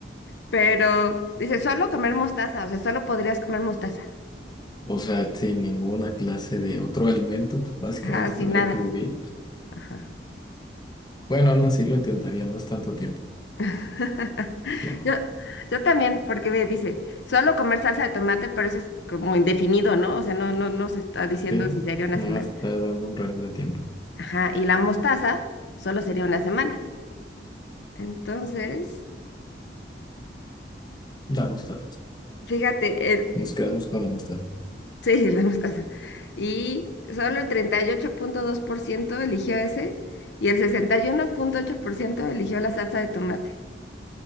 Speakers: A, on the left; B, on the left.
A: Pero dice, solo comer mostaza, o sea, solo podrías comer mostaza.
B: O sea, sin ninguna clase de otro alimento, pues, básicamente
A: Ajá, sin
B: tendría
A: nada.
B: que huir.
A: Ajá.
B: Bueno, aún así lo intentaría, no es tanto tiempo.
A: <laughs>
B: Sí,
A: Yo, yo también, porque ve, dice, solo comer salsa de tomate, pero eso es como indefinido, ¿no? O sea, no, no, no se está diciendo
B: sí,
A: si sería una
B: no
A: semana.
B: está dando un rango de tiempo.
A: Ajá, y la mostaza solo sería una semana. Entonces,
B: La mostaza.
A: fíjate, el,
B: Nos quedamos con la mostaza.
A: sí, <laughs> la mostaza. Y solo el treinta y ocho punto dos por ciento eligió ese y el sesenta y uno punto ocho por ciento eligió la salsa de tomate.